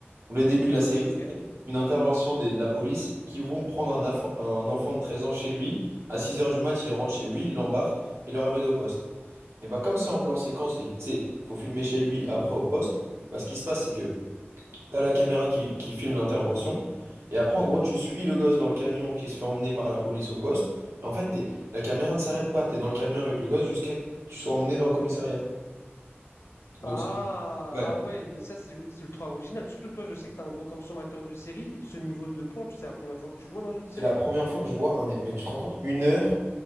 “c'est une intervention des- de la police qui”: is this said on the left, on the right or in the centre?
Right